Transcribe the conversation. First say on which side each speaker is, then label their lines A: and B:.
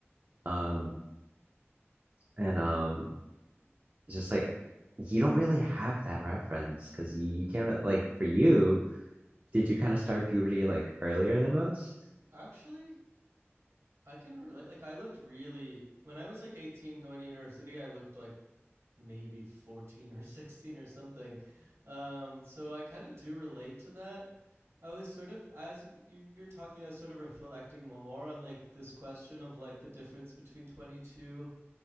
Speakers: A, on the right; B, on the right.
A: Um, and um, it's just like you don't really have that reference because you, you can't really, like for you, did you kind of start puberty like earlier than most?
B: Actually, I can relate. Like, I looked really, when I was like 18 going to university, I looked like maybe 14 or <laughs> 16 or something. Um, so I kind of do relate to that. I was sort of, as you were talking, I was sort of reflecting more on like this question of like the difference between 22